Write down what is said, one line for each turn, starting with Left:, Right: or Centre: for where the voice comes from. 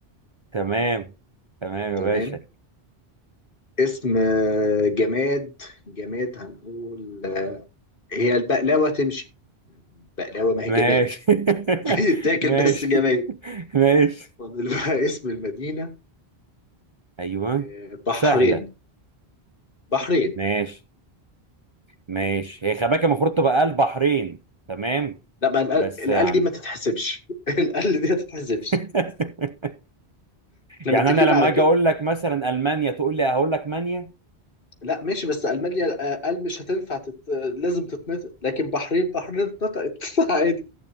Right: تمام تمام يا
Left: تمام
Right: باشا
Left: اسم آه، جماد جماد هنقول آه، هي البقلاوة تمشي بقلاوة ما هي
Right: ماشي
Left: جماد <laughs>
Right: <laughs>
Left: بتاكل
Right: ماشي
Left: بس جماد
Right: ماشي
Left: فاضل بقى <laughs> اسم المدينة
Right: ايوه
Left: آه، بحرين
Right: سهله
Left: بحرين
Right: ماشي ماشي هي خباكة المفروض تبقى البحرين تمام
Left: لا بقى القل
Right: بس
Left: القل
Right: يعني
Left: دي ما تتحسبش <laughs> القل دي ما تتحسبش
Right: <laughs>
Left: احنا
Right: يعني
Left: متفقين
Right: انا لما
Left: على
Right: اجي
Left: كده
Right: اقول لك مثلا المانيا تقول لي هقول لك مانيا
Left: لا ماشي بس ألمانيا آه، قل مش هتنفع تت... لازم تتنطق لكن بحرين بحرين اتنطقت <laughs> عادي